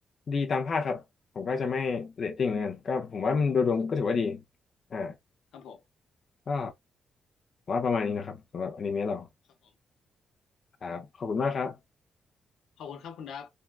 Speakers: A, on the left; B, on the left.
A: ดีตามภาคครับผมก็จะไม่เรตติ้งเหมลอนกันก็ผมว่ามันโดยรวมก็ถือว่าดี
B: ครับผม
A: อ่า
B: ครับผม
A: ก็ผมว่าประมาณนี้นะครับสำหรับอนิเมะเรา
B: ครับผม
A: ครับขอบคุณมากครับ
B: ขอบคุณครับคุณดับ